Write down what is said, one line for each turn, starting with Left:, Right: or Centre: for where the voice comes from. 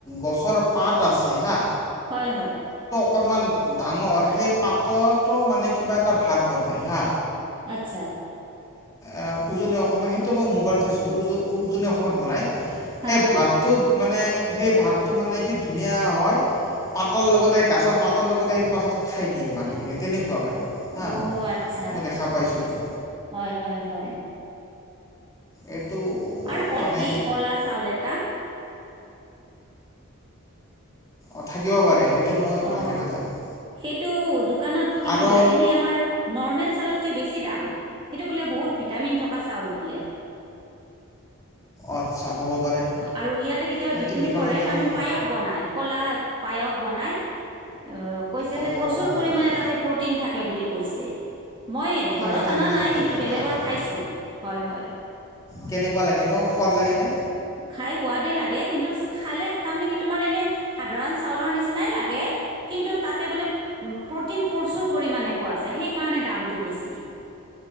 Left: গছৰ পাত আছে হা
Right: হয়-হয়।
Left: অকনমান ডাঙৰ সেই পাততো মানে কিবা এটা ভাত বনাই হা
Right: আচ্ছা।
Left: আ, উজনি অসমে সেইটো মই মোবাইলত চাইছিলোঁ উজ - উজনি অসমত বনাই।
Right: হা
Left: সেই
Right: হা
Left: ভাতটো মানে সেই ভাতটো মানে কি ধুনীয়া হয়। পাতৰ লগতে গাছৰ পাতৰ লগতে সেইটো পাছত খাই দিয়ে মানুহখিনি তেনেকুৱা মানে। হা
Right: অ' আচ্ছা
Left: মই দেখা পাইছিলোঁ
Right: হয়-হয়-হয়।
Left: এইটো
Right: আৰু <unintelligible>
Left: মানে
Right: টি কলা চাউল এটা
Left: অ থাকিব পাৰে সেইটো মই ভালকে
Right: অঁ
Left: নাজানো।
Right: সেইটো দোকানত কিন্তু
Left: আৰু
Right: এনে আমাৰ নৰ্মেল চাউলতকে বেছি। দাম সিটো বলে বহুত ভিটামিন থকা চাউল।
Left: আচ্ছা হ'ব পাৰে
Right: আৰু ইয়াতে কেতিয়াবা
Left: সেইটোৰ
Right: বিক্ৰী
Left: বিষয়ে
Right: কৰে,
Left: মই কিন্তু
Right: তাৰমানে
Left: নাই
Right: পায়স বনাই কলা। পায়স বনায়। আহ কৈছে
Left: অঁ
Right: যে প্ৰচুৰ
Left: হ'ব
Right: পৰিমাণে
Left: পাৰে
Right: তাতে প্ৰটিন থাকে বুলি কৈছে। মই ঘৰত
Left: সেইটো
Right: অনা
Left: সিমান
Right: নাই
Left: ভালকৈ
Right: কিন্তু বেলেগৰ
Left: নাজানো
Right: খাইছো হয়-হয়।
Left: কেনেকুৱা লাগে ন সোৱাদ লাগে নে।
Right: খাই সোৱাদে লাগে কিন্তু খালে তাৰমানে কি তোমাৰ এনে সাধাৰণ চাউলৰ নিচিনাই লাগে। কিন্তু তাতে বোলে প্ৰটিন প্ৰচুৰ পৰিমাণে পোৱা যায় সেইকাৰণে দাম। বেছি